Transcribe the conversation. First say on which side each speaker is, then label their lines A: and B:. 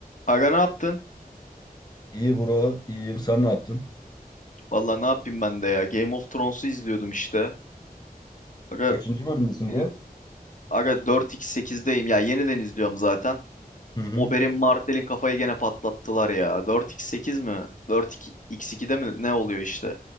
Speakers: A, on the left; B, on the left.
A: Aga ne yaptın?
B: İyi bro, iyiyim. Sen ne yaptın?
A: Valla ne yapayım ben de ya. Game of Thrones'u izliyordum işte. Aga,
B: Kaçıncı bölümdesin
A: bir-
B: bro?
A: aga 4x8'deyim ya. Yeniden izliyorum zaten.
B: Hı hı.
A: Oberyn Martell'in kafayı gene patlattılar ya. 4x8 mi? 4x2'de mi? Ne oluyor işte?